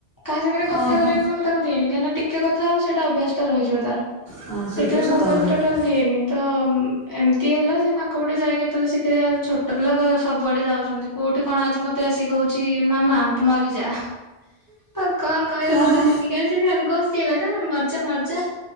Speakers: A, on the left; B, on the right.
A: କାହା ସାଙ୍ଗ ରେ କଥା
B: ଓହୋ
A: କରିବାକୁ ବି ମୁଁ ତାକୁ ନି କ ଟିକେ କଥା ହବ ସେଇଟା ଅଭ୍ୟାସ ଟା ରହିଯିବ ତାର
B: ହଁ ସେଇଟା
A: ସେଥିପାଇଁ
B: ବି ସତ
A: ମୋବାଇଲଟା
B: କଥା
A: ଦିଏନି ତ ଏମିତି ହେଲା ସେ ତାଙ୍କ ପଟେ ଯାଇ କେତେଳେ ଶିଖିଉ ଛୋଟ ପିଲା ସବୁଆଡେ ଯାଉଛନ୍ତି। କୋଉଠି କଣ ଆଜି ମତେ ଆସିିକି କହୁଛି ମାମା ତୁ ମରିଯା। ହଉ କଣ କହିବ
B: ଓହୋ
A: କୋଉଠୁ ଶିଖିକି ଆସିକି ଖଲେ ଘଷି ହେଲା କ ଖଲି ମରିଯା ମରିଯା।